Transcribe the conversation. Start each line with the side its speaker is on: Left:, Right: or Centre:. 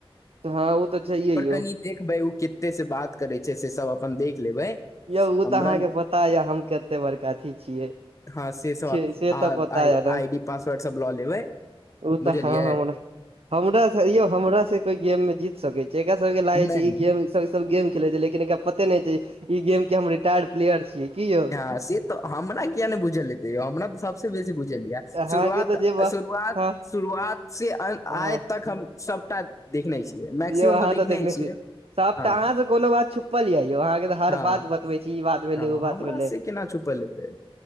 Right: हँ ओ तऽ छैहे
Left: पर
Right: यौ
Left: कनि देखबै ओ कते से बात करे छै से सब अपन देख लेबै
Right: यौ ओ
Left: हमरा
Right: तऽ अहाँके पता यऽ हम कते बड़का अथी छियै
Left: हँ से सब
Right: छै से
Left: आहा
Right: तऽ पता य ने
Left: आई डी पासवर्ड सब लऽ लेबै
Right: ओ तऽ
Left: बुझलिए
Right: हँ हमरा हमरा यौ हमरा से कोई गेम मे जीत सकैत छै एकरा सब कऽ
Left: नहि
Right: लागे छै
Left: नहि
Right: ई गेम सब ई सब गेम खेले छै लेकिन एकरा पते नहि छै ई गेम कऽ हम रिटार्ड प्लेयर छियै कि यौ
Left: ह से तऽ हमरा किया नहि बूझल हेते यो हमरा तऽ सब सऽ बेसी बुझल या
Right: अहाँके
Left: शुरुआत
Right: तऽ जे बात
Left: शुरुआत
Right: हँ
Left: शुरुआत सऽ आइ
Right: हँ
Left: तक हम सब सबटा देखने छियै मैक्सिमम
Right: यौ अहाँ
Left: तऽ देखने छियै
Right: छी सभटा
Left: हँ
Right: अहाँ से कोनो बात छुपल यऽ यौ अहाँके तऽ हर
Left: हँ
Right: बात बतबै छी ई बात भेलै
Left: तऽ
Right: ओ
Left: हमरा
Right: बात भेलै
Left: से केना छुपल हेतै